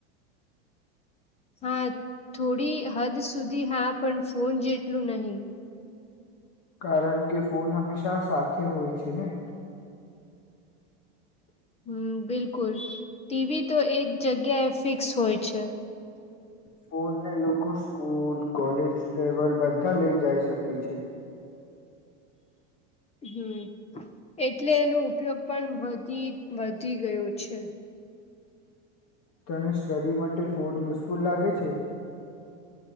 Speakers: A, on the left (about 20°); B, on the left (about 45°).
A: હા થોડી હદ સુધી હા પણ ફોન જેટલું નહી.
B: કારણ કે ફોન હમેશા સાથે હોય છે ને.
A: હમ્મ બિલકુલ ટીવી તો એક જગ્યા એ ફિક્સ હોય છે.
B: ફનને લોકો સ્કૂલ કોલેજ ટવલ બધા લઇ જઈ શકે છે
A: હમ એટલે એનો ઉપયોગ પણ વધી વધી ગયો છે
B: તને સ્ટડી માટે ફોન યુઝફુલ લાગે છે.